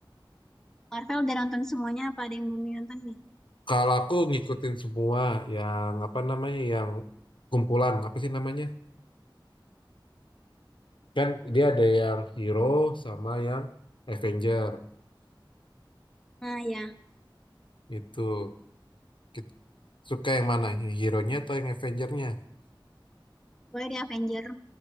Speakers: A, in the centre; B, on the left (about 75°).
A: Marvel udah nonton semuanya, apa ada yang belum nonton nih?
B: Kalau aku ngikutin semua yang apa namanya yang kumpulan apa sih namanya? Kan dia ada yang hero sama yang Avenger
A: Nah ya,
B: itu. Kita- Suka yang mana? Yang hero-nya atau yang Avenger-nya?
A: boleh di Avenger,